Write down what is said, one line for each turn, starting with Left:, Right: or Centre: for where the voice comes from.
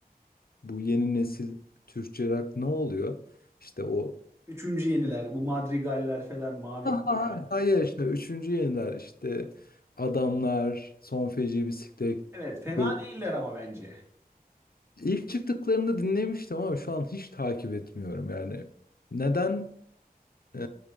Left: bu yeni nesil Türkçe rock ne oluyor? İşte o
Right: Üçüncü yeniler, bu Madrigaller falan, Mavi
Left: <laughs> Ha,
Right: Gemiler.
Left: Hayır işte üçüncü yeniler işte adamlar, son feci bisiklet,
Right: Evet, fena
Left: dolu.
Right: değiller ama bence.
Left: İlk çıktıklarında dinlemiştim ama şu an hiç takip etmiyorum yani. Neden Ee,